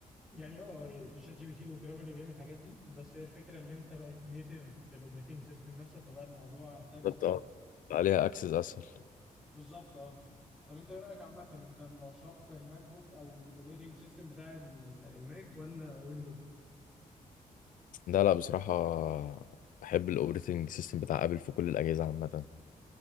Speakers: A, in the centre; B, on the left.
A: يعني اه شات جي بي تي وجرامر بيعمل الحاجات دي بس هي الفكره اللي انت بقت نيتيف في الاوبريتنج سيستم نفسه فبقى الموضوع سلس
B: بتبقى
A: اكتر
B: عليها اكسس اسهل
A: بالظبط اه طب انت ايه رايك عامه انت من عشاق الماك بوك او الاوبريتنج سيستم بتاع ال- الماك ولا ويندوز
B: لا لا بصراحه بحب الاوبريتنج سيستم بتاع ابل في كل الاجهزه عامه